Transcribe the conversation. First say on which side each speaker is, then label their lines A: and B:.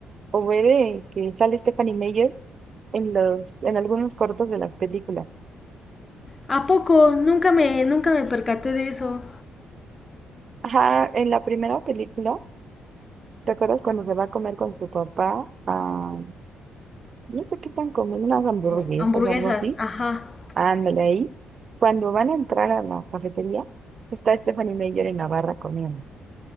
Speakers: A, on the right; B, on the left.
A: o ver eh, que sale Stephanie Meyer en los, en algunos cortos de las películas.
B: ¿A poco? Nunca me, nunca me percaté de eso.
A: Ajá, en la primera película, ¿te acuerdas cuando se va a comer con su papá? a No sé qué están comiendo, unas hamburguesas
B: No, hamburguesas,
A: o algo así.
B: ajá.
A: Ándale ahí. Cuando van a entrar a la cafetería, está Stephanie Meyer en la barra comiendo.